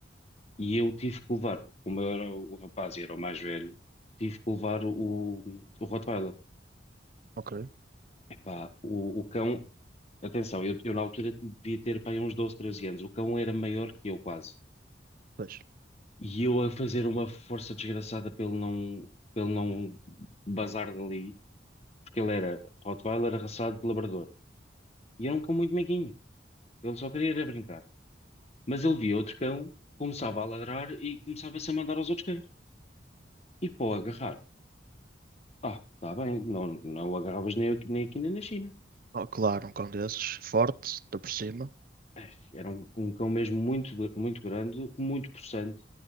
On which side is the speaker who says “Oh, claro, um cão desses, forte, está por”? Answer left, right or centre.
Right